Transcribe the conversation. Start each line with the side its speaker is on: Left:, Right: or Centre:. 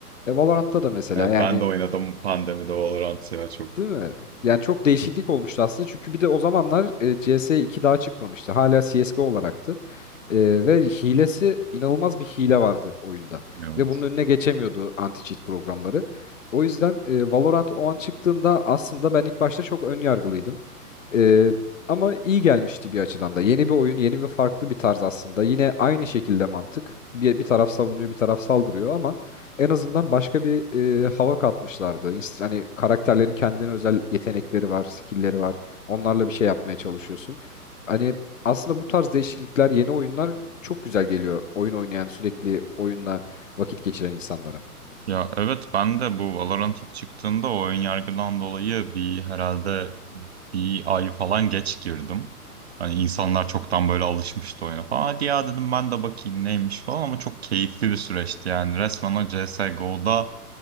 Left: E Valorant'ta da mesela
Right: Evet
Left: yani
Right: ben de oynadım pandemide Valorant ya çok.
Left: değil mi? Yani çok değişiklik olmuştu aslında. Çünkü bir de o zamanlar e, CS2 daha çıkmamıştı. Hala CSGO olaraktı. Ee, ve hilesi inanılmaz bir hile vardı oyunda.
Right: Evet.
Left: Ve bunun önüne geçemiyordu anti-cheat programları. O yüzden e, Valorant o an çıktığında aslında ben ilk başta çok ön yargılıydım. Ee, ama iyi gelmişti bir açıdan da. Yeni bir oyun, yeni bir farklı bir tarz aslında. Yine aynı şekilde mantık. Bir, bir taraf savunuyor, bir taraf saldırıyor ama en azından başka bir e, hava katmışlardı. İns- Hani karakterlerin kendine özel yetenekleri var, skill'leri var. Onlarla bir şey yapmaya çalışıyorsun. Hani aslında bu tarz değişiklikler, yeni oyunlar çok güzel geliyor. Oyun oynayan, sürekli oyunla vakit geçiren insanlara.
Right: Ya evet ben de bu Valorant ilk çıktığında o ön yargıdan dolayı bir herhalde bir ay falan geç girdim. Hani insanlar çoktan böyle alışmıştı oyuna falan. Hadi ya dedim ben de bakayım neymiş falan ama çok keyifli bir süreçti yani. Resmen o C S. CSGO'da